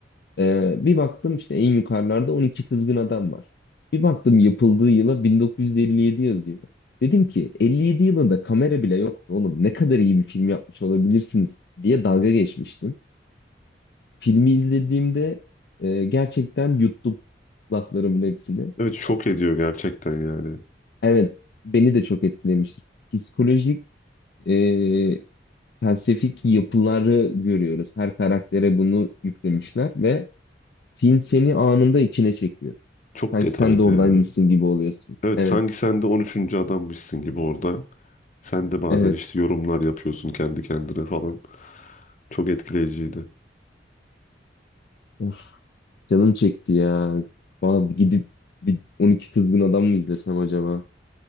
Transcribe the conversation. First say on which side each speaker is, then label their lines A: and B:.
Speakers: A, on the left; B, on the left.
A: Ee, bir baktım işte en yukarılarda 12 kızgın adam var. Bir baktım yapıldığı yıla 1957 yazıyor. Dedim ki 57 yılında kamera bile yoktu oğlum. Ne kadar iyi bir film yapmış olabilirsiniz diye dalga geçmiştim. Filmi izlediğimde e, gerçekten yuttum laflarımın hepsini.
B: Evet şok ediyor gerçekten yani.
A: Evet, beni de çok etkilemiştir. Psikolojik, e, felsefik yapıları görüyoruz. Her karaktere bunu yüklemişler ve film seni anında içine çekiyor.
B: Çok
A: Sanki
B: detaylı
A: sen de oradaymışsın
B: ya.
A: gibi oluyorsun.
B: Evet
A: Evet.
B: sanki sen de on üçüncü adammışsın gibi orada. Sen de bazen
A: Evet.
B: işte yorumlar yapıyorsun kendi kendine falan. Çok etkileyiciydi.
A: Of, canım çekti ya. Vallahi bir gidip bir 12 kızgın adam mı izlesem acaba?